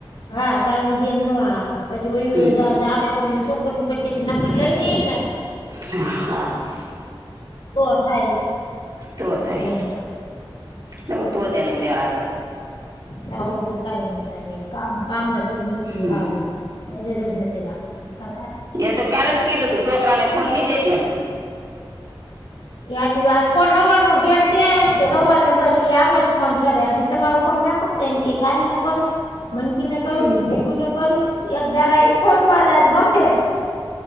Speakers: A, on the left; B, on the right.
A: હા ત્યાં હુંધીને ના આવે પછી
B: હમ
A: આવેને. ઓની પાસેથી નંબર લ‌ઈ લ‌ઈને.
B: હા,
A: તો થાય.
B: તો થાય
A: એને
B: એટલે તોજ એને મેળ આવે.
A: તો હું જેમ કંઈ ના થાય નહી કામ કામ નકરું
B: હમ
A: હાવ. બજ રજનતિ દ કહે.
B: એતો કાલલે જ કીધું છું, છોકરા ને ફોન નઈ દેતી હમણાં ‌.
A: ગયા ત્યારનુ પણ ફોન સવારનો ઘેર છે, સવારનું બસ. આમ જ ફોન કરે હજી તમારો ફોન મેકોને તો એમ ક કારીને કરું, મનકીને કરું
B: હમ
A: જીગુ ને કરું એક ધારા એ ફોનમાં જ મથે છે.